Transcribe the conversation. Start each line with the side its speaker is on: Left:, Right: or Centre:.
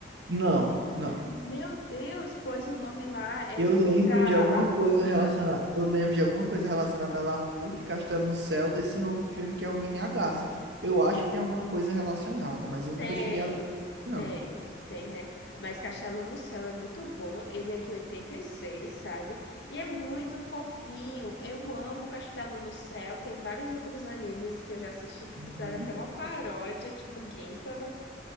Right: Não, não.
Left: Meu Deus, pois o nome lá, é,
Right: Eu
Left: eles
Right: lembro
Left: vão pra
Right: de alguma
Left: Laputa.
Right: coisa relacionada. Eu lembro de alguma coisa relacionada a Laputa e Castelo no Céu desse novo filme que é O Menino e a Garça. Eu acho que tem alguma coisa relacionada, mas eu
Left: Tem,
Right: nunca cheguei a. Não.
Left: tem, tem. é. Mas Castelo no Céu é muito bom. Ele é de 86, sabe? E é muito fofinho. Eu amo Castelo no Céu. Tem vários outros animes que eu já assisti que
Right: Uhum.
Left: fizeram até uma paródia, tipo Gintama.